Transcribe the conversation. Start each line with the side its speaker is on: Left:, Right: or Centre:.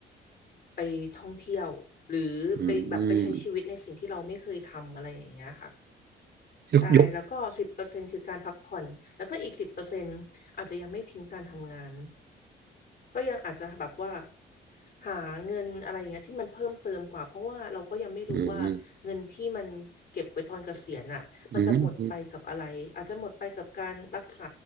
Left: ไปท่องเที่ยวหรือไปแบบไปใช้ชีวิตในสิ่งที่เราไม่เคยทำอะไรอย่างเงี้ยค่ะ
Right: อืมยกยก
Left: ใช่แล้วก็สิบเปอร์เซ็นต์คือการพักผ่อนแล้วก็อีกสิบเปอร์เซ็นต์อาจจะยังไม่ทิ้งการทำงาน ก็ยังอาจจะแบบว่าหาเงินอะไรอย่างเงี้ยที่มันเพิ่มเติมกว่าเพราะว่าเราก็ยังไม่รู้ว่าเงินที่มันเก็บไว้ตอนเกษียณอ่ะมันจะหมดไปกับอะไรอาจจะหมดไปกับการรักษา
Right: อืมอืมอืม